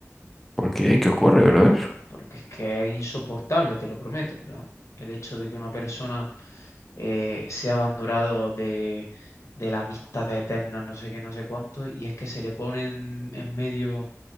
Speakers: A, in the centre; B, on the left (about 65°).
A: ¿Por qué? ¿Qué ocurre, brother?
B: porque es que es insoportable, te lo prometo, en plan, el hecho de que una persona eh, sea abandonado de, de la amistad eterna, no sé qué, no sé cuánto, y es que se le pone en, en medio